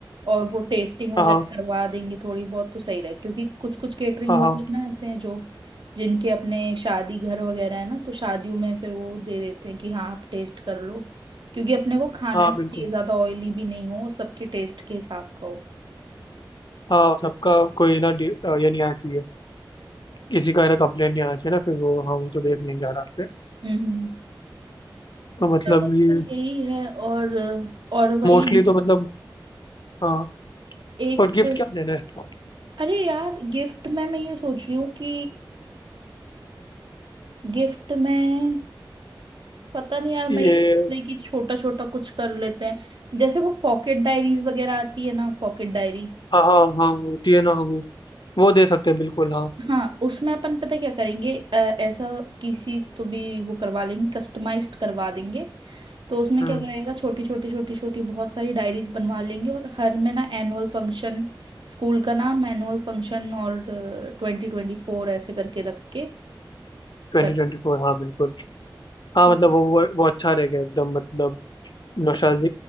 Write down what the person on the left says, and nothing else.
हाँ हाँ
हाँ
हाँ।
हाँ
बिल्कुल
हाँ सबका कोई ना डि- अ, ये नहीं आना चाहिए किसी का है ना कंप्लेंट नहीं आना चाहिए ना फिर वो हाँ वो तो देख लेंगे आराम से
तो मतलब
ये
मोस्टली तो मतलब हाँ
और गिफ्ट क्या देना है
ये
हाँ हाँ हाँ होती है ना वो वो दे सकते हैं बिल्कुल हाँ
हम्म
ट्वेंटी
ट्वेंटी फोर हाँ बिल्कुल हाँ
मतलब
वो वो, वो अच्छा रहेगा एकदम मतलब नौशाद